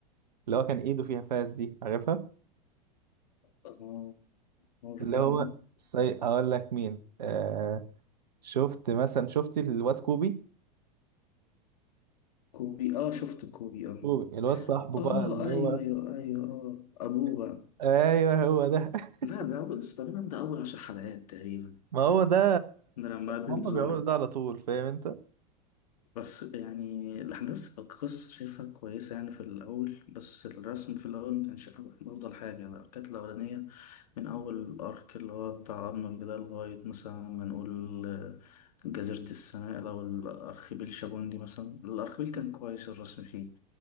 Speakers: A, on the right; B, on the left.
A: اللي هو كان ايده فيها فاس دي عارفها
B: اه <laughs> مورجان
A: اللي هو سي... هقول لك مين آه... شفت مثلا شفت الواد كوبي
B: كوبي اه شفت كوبي اه
A: كوبي الواد صاحبه
B: اه
A: بقى اللي
B: ايوه
A: هو
B: ايوه ايوه اه ابوه بقى
A: <laughs> ايوه هو ده <laughs>
B: لا ده اول تقريبا ده اول عشر حلقات تقريبا
A: ما هو ده
B: ده لما قابل
A: هم بيعملوا
B: زورو
A: ده على طول فاهم انت
B: بس يعني الاحداث القصه شايفها كويسه يعني في الاول بس الرسم في الاول ما كانش افضل حاجه يعني كانت الاولانيه من أول الأرك اللي هو بتاع أرنولد ده لغاية مثلا ما نقول آه، جزيرة السنائل أو الأرخبيل شابوندي مثلا الأرخبيل كان كويس الرسم فيه